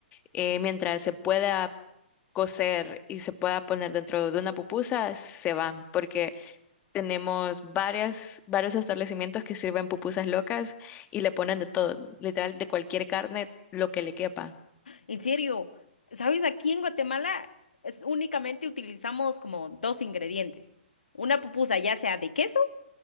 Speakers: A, on the left; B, on the left.
A: eh, mientras se pueda cocer y se pueda poner dentro de una pupusa, se van, porque tenemos varias, varios establecimientos que sirven pupusas locas y le ponen de todo, literal, de cualquier carne, lo que le quepa.
B: En serio, ¿sabes? Aquí en Guatemala es- únicamente utilizamos como dos ingredientes. Una pupusa ya sea de queso